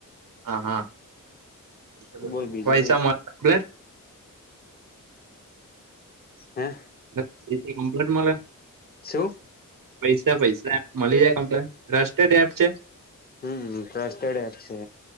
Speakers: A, on the right; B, on the left.
A: હા હા પ
B: બોલ બીજું
A: પૈસા
B: કઈ
A: આપર
B: હે
A: કંપ્લીટ મળે
B: શું
A: પૈસા પૈસા મળી જાય કમ્પ્લે ટ્રસ્ટતેડ એપ છે
B: હમ ટસ્ટેડ છે